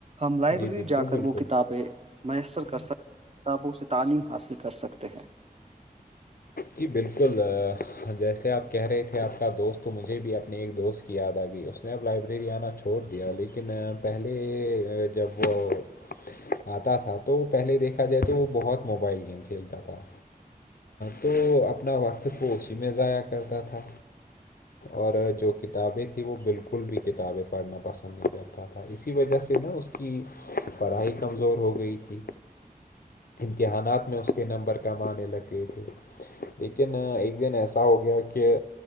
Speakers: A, on the right (about 45°); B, on the left (about 75°).
A: ہم لائبریری
B: جی بالکل
A: جا کر
B: بالکل
A: وہ کتاب کتا میسر کر سک کتابوں سے تعلیم حاصل کر سکتے ہیں
B: جی بالکل جیسے آپ کہہ رہے تھے آپ کا دوست تو مجھے بھی اپنی ایک دوست یاد آ گئی اس نے اب لائبریری آنا چھوڑ دیا لیکن پہلے جب وہ آتا تھا تو پہلے دیکھا جائے تو وہ بہت موبائل گیم کھیلتا تھا تو اپنا وقت پ اسی میں ضاع کرتا تھا اور جو کتابیں تھیں وہ بالکل بھی کتابیں پڑھنا پسند نہیں کرتا تھا اسی وجہ سے نا اس کی پڑھائی کمزور ہو گئی تھی امتحانات میں اس کے نمبر کمانے لگ گئے تھے لیکن ایک دن ایسا ہو گیا کہ